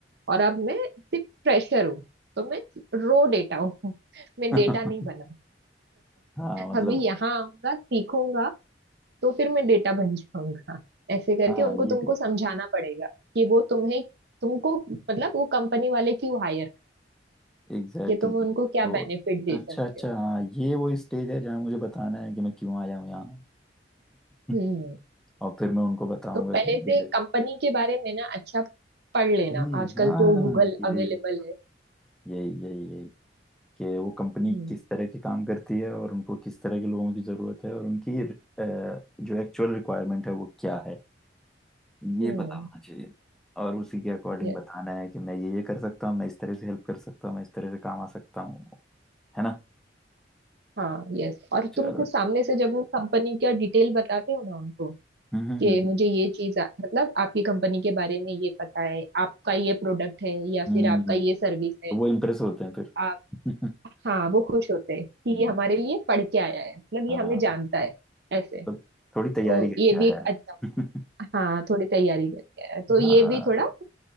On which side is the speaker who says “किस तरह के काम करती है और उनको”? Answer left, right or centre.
Centre